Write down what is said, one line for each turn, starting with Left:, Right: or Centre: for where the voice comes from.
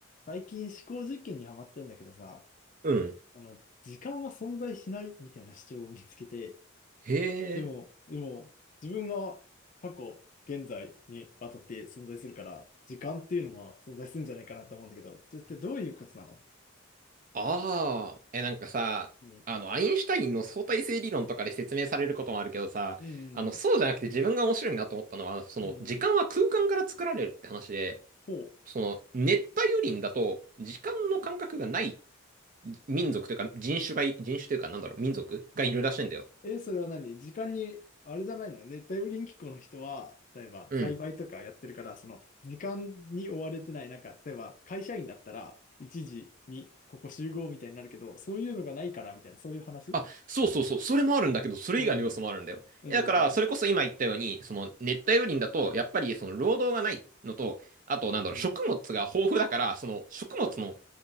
Left: 最近思考実験にハマってんだけどさ、
Right: うん。
Left: あの、時間は存在しないみたいな主張を見つけて、
Right: へえ。
Left: でも、でも、自分が過去、現在にわたって存在するから、時間っていうのは存在するんじゃないかなと思うんだけど、それってどういうことなの
Right: ああ、え、なんかさ、
Left: うん、
Right: あの、アインシュタインの相対性理論とかで説明されることもあるけどさ、
Left: う
Right: あの、そうじゃなくて自分が面白いなと思ったのは、
Left: ん、
Right: その、
Left: うん、うん、
Right: 時間は空間から作られるって話で、
Left: うんほう。
Right: その、熱帯雨林だと、時間の感覚がない民族というか、人種がい、人種というか、なんだろう、民族がいるらしいんだよ。
Left: え、それは何時間に、あれじゃないの熱帯雨林気候の人は、例えば栽培とかやってるから、
Right: うん
Left: その時間に追われてない、なんか、例えば会社員だったら、1時にここ集合みたいになるけど、そういうのがないから、みたいな、そういう話
Right: あ、そうそうそう、それもあるんだけど、それ以外の要素もあるんだよ。
Left: うん。うん。
Right: えだから、それこそ今言ったように、その熱帯雨林だと、やっぱりその労働がないのと、あと、なんだろう、
Left: うん。
Right: 食物が豊富だから、その食物の、